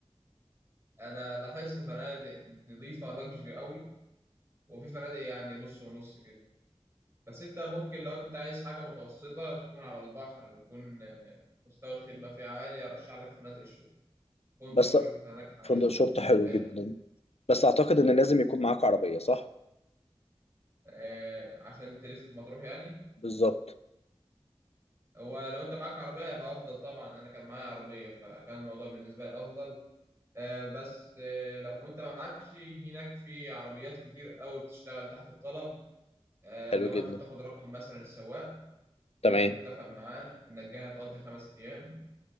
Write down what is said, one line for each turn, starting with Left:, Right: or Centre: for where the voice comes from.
Right: انا لاحظت فنادق نظيفه لاكجري قوي وفي فنادق يعني نص ونص كده بس انت ممكن لو انت عايز حاجه متوسطه تكون على البحر ويكون آه، مستوى الخدمه فيها عالي ارشح لك فنادق الشرطه فندق
Left: بس
Right: الشرطه هناك حاجه
Left: فندق شرطة حلو
Right: حلوه
Left: جدا بس اعتقد ان لازم يكون معاك عربية صح
Right: آه، عشان تلف في مطروح يعني
Left: بالظبط
Right: هو لو انت معاك عربية هيبقى افضل طبعا انا كان معايا عربية فكان الموضوع بالنسبة لي افضل آه، بس آه، لو انت ما معكش هناك في عربيات كتير قوي بتشتغل تحت الطلب آه،
Left: حلو
Right: لو
Left: جدا
Right: انت بتاخد رقم مثلا السواق
Left: تمام
Right: حلو بتتفق معاه انك جاي هتقضي خمس ايام